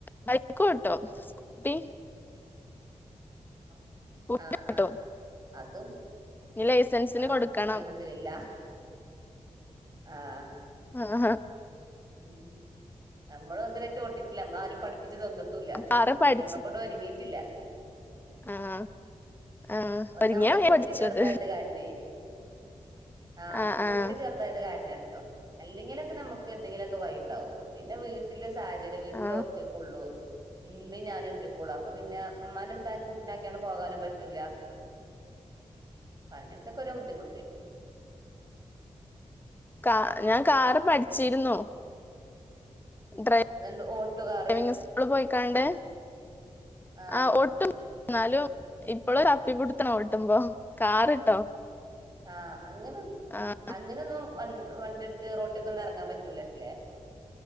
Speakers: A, on the left (about 15°); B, on the right (about 30°).
A: ബൈക്ക് ഓട്വോ സ്കൂട്ടി
B: ആ
A: സ്കൂട്ടി
B: ആ
A: ഓട്ടും
B: ആ അതും
A: ഇനി ലൈസൻസിന്
B: ആഹ്
A: കൊടുക്കണം
B: അൽഹംദുലില്ല ആഹ്
A: ആഹ്
B: ഉം നമ്മളും ഇതുവരെ ആയിട്ട് ഓട്ടിട്ടില്ല നമ്മള ആരും പഠിപ്പി <unintelligible> തന്നിട്ടൂല്ല
A: കാറ് പഠിച്ച്
B: യമ്മ കൊണ്ട് ഒരുങ്ങി ഇല്ല
A: ആഹ് ആഹ്
B: ഒന്നാമത്
A: ഒരുങ്ങിയ വേം
B: കുട്ടി
A: പഠിച്ചത്
B: ചെറുതായത് കാരണേ ആ
A: ആഹ്
B: കുട്ടി
A: ആഹ്
B: ചെറുതായത് കാരണാണ് ടോ അല്ലെങ്കിലൊക്കെ നമു എന്തെങ്കിലുവൊക്കെ വഴിണ്ടാവും പിന്നെ വീട്ടിലെ സ് ജാരെ വീട്ടില്
A: ആഹ്
B: ഒറ്റക്കുള്ളു ഉമ്മിംഞാനും ഒറ്റക്കൊള്ളൂ അപ്പൊ പിന്നെ ഉമ്മാന്റെട്ത്താക്കി കുട്ടിനാക്ക്യാണ്ട് പോകാനും പറ്റൂല പ്പഅങ്ങനത്തക്കൊരോ ബുദ്ധിമുട്ട്
A: കാ ഞാൻ കാറ് പഠിച്ചിരുന്നു ഡ്രൈ
B: അതുകൊണ്ട് ഓട്ടോ കാറ്
A: ഡ്രൈവിങ് സ്കൂള് പോയിക്കാണ്ട്
B: ആ
A: ആഹ് ഒട്ടും എന്നാലും ഇപ്പൊളര ഇവ്ട്ത്ത്ണോട്ടുമ്പോ കാറ്ട്ടോ
B: ആഹ് അങ്ങനും
A: ആഹ്
B: അങ്ങനെ ഒന്നും വണ്ടിട്ത്ത് റോട്ട്ക്കൊന്നും എറങ്ങാൻ പറ്റൂലല്ലേ